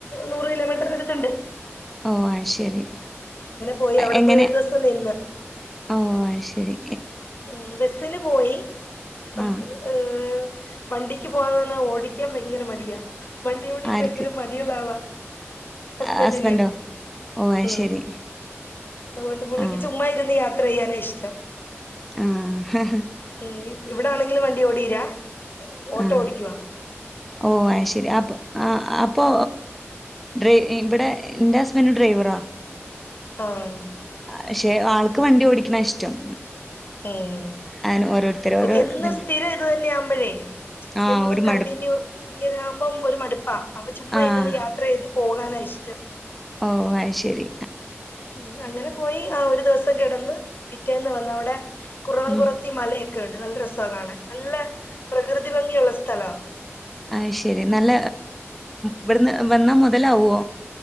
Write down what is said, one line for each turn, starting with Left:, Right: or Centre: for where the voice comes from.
Left: നൂറ് കിലോമീറ്ററിടുത്തുണ്ട്
Centre: ഓ അയ്ശരി
Left: പോയി അവിടെ
Centre: എങ്ങനെ
Left: പോയി ഒരു ദിവസം നിന്ന്
Centre: ഓ അയ്ശരി
Left: ഉം ബസിന് പോയി നമുക്ക്
Centre: ആഹ്
Left: ഏ വണ്ടിക്ക് പോകന്ന്ന്നാ ഓടിക്കാൻ ഭയങ്കര മടിയാ വണ്ടിയോഡീര്
Centre: ആർക്ക്
Left: ഭയങ്കര മടിയുള്ള ആളാ ഹസ്ബൻഡന്
Centre: ഹസ്ബൻഡോ ഓ അത്
Left: ഉം
Centre: ശരി
Left: അതുകൊണ്ട് പുള്ളിക്ക്
Centre: ആഹ്
Left: ചുമ്മ ഇരുന്ന്‌ യാത്ര യാത്ര ചെയ്യാനാ ഇഷ്ടം
Centre: ആ
Left: ഉം ഇവിടാണെങ്കിലും വണ്ടി ഓടീലാ ഓട്ടോ
Centre: ആഹ്
Left: ഓടിക്കവാ
Centre: ഓ ശരി അപ്പ അപ്പൊ ഇവിടെ എന്റെ ഹസ്ബൻഡ് ഡ്രൈവറാ
Left: ആഹ്
Centre: പക്ഷെ ആൾക്ക് വണ്ടി ഓടിക്കണ ഇഷ്ടം
Left: ഉം
Centre: അങ്ങനെ ഓരോരുത്തര് ഓരോ
Left: എന്നും
Centre: ഇതല്ലേ
Left: സ്ഥിരം ഇത് തന്നെയ ആവുമ്പോഴേ
Centre: ആഹ്
Left: എന്നും
Centre: ഒരു മടു
Left: കണ്ടിന്യൂ ഇങ്ങനെ ആകുമ്പോം ഒരു മടു- അ അപ്പ ചുമ്മാ
Centre: ആഹ്
Left: ഇരുന്ന് യാത്ര ചെയ്തു പോകാനാ ഇഷ്ടം
Centre: ഓ അയ്ശരി
Left: ഉം അങ്ങനെ പോയി ആ ഒരു ദിവസം കെടന്ന് പിറ്റേന്ന് വന്ന്‌ അവിടെ കുറവൻ
Centre: ഉം
Left: കുറത്തി മല ണ്ട് നല്ല രസാ കാണാൻ നല്ല പ്രകൃതി ഭംഗിയുള്ള സ്ഥലോ
Centre: അയ്ശരി നല്ല ഇവിടുന്ന് വന്നാ മൊതലാവോ